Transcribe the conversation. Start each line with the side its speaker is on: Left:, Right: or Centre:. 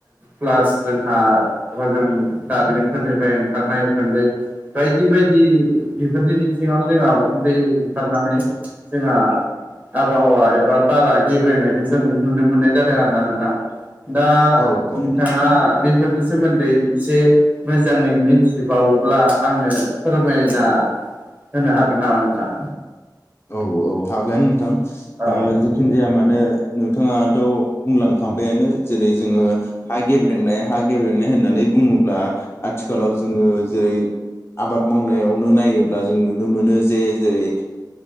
Right: प्लास जोंहा हजों दारिमिनफोरनिफ्राय ओंखारनाय उखुन्दै बायदि बायदि बेफोरनि बिथिङाव जोंहा उखुन्दै ओखारनानै जोंहा आबहावा एबा बारा गेब्रेनायखौ जों नुनो मोननाय जादों आरो ना नोंथां दा
Left: औ औ
Right: नोंथाङा बे फोरनि सोमोन्दै एसे मोजाङै मिथिबावोब्ला आंनो फोरमायना होनो हागोन नामा नोंथां
Left: औ औ हागोन नोंथां
Right: औ
Left: जिखि जाया मानो नोंथाङाथ' बुंलांखांफायानो जेरै जोङो हा गेब्रेंनाय हा गेब्रेंनाय होननानै बुङोब्ला आथिखालाव जोङो जेरै आबाद मावनायावनो नायोब्ला जों नुनो मोनो जे जेरै